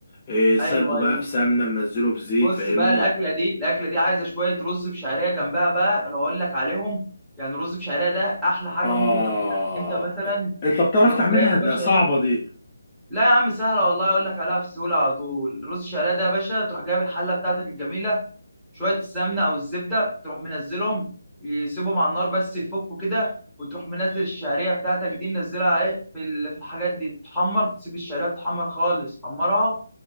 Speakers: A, on the left; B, in the centre.
A: إيه سلقه
B: ايوه
A: بقى
B: ايوه
A: في سمنه منزله في زيت
B: بص
A: فاهمني
B: بقى الاكله دي الاكله دي عايزه شويه رز بشعريه جنبها بقى انا اقول لك عليهم يعني رز بشعريه ده احلى حاجه
A: اه
B: ممكن تاكلها انت مثلا
A: انت بتعرف
B: تروح
A: تعملها
B: جايب يا
A: ده
B: باشا
A: صعبه
B: ايه
A: دي
B: لا يا عم سهله والله اقول لك عليها في سهوله على طول الرز الشعريه ده يا باشا تروح جايب الحله بتاعتك الجميله شويه السمنه او الزبده تروح منزلهم يسيبهم على النار بس يفكوا كده وتروح منزل الشعريه بتاعتك دي منزلها ايه في ال- في الحاجات دي تتحمر تسيب الشعريه تتحمر خالص حمرها